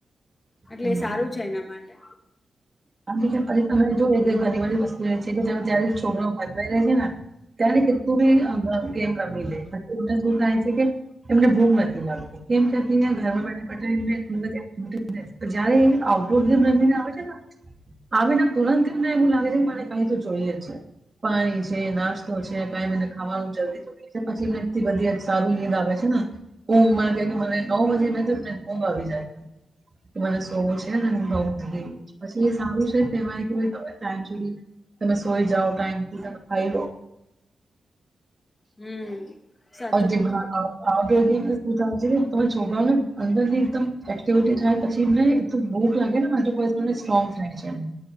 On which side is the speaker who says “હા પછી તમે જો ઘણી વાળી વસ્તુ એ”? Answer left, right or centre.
Right